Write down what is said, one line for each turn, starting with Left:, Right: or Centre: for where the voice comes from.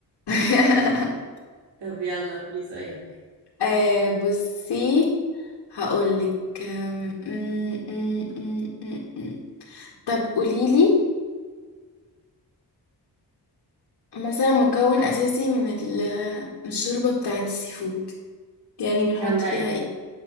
Left: <laughs>
Right: طب يلا قولي سؤالك
Left: آه بصي هقولك أم، أم، أم، أم، أم، أم. طب قوليلي مثلا مكون أساسي من ال- من الشوربة بتاعة السي فود يعني بنحط
Right: جمبري
Left: فيها ايه